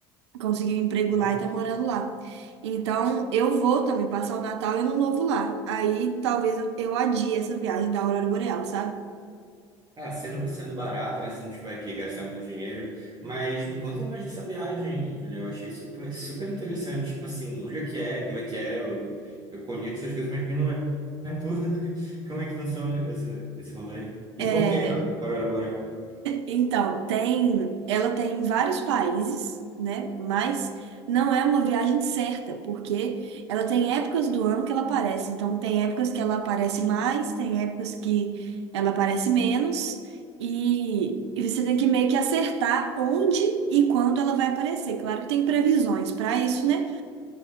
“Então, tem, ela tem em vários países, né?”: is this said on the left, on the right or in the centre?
Right